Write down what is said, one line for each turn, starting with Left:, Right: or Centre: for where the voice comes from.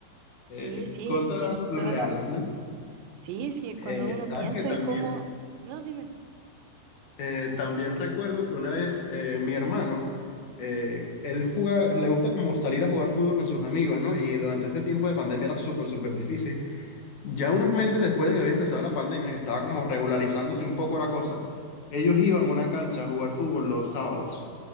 Right: sí,
Left: eh,
Right: sí,
Left: cosas
Right: tienes
Left: surreales,
Right: toda la razón.
Left: ¿no?
Right: Sí, es que
Left: Eh,
Right: cuando uno
Left: sabes
Right: piensa
Left: que también,
Right: en cómo, no, dime,
Left: eh, también recuerdo que una vez eh, mi hermano, eh, él juega, le gusta como salir a jugar fútbol con sus amigos, ¿no? Y durante este tiempo de pandemia era súper, súper difícil. Ya unos meses después de que había empezado la pandemia, que estaba como regularizándose un poco la cosa, ellos iban a una cancha a jugar fútbol los sábados.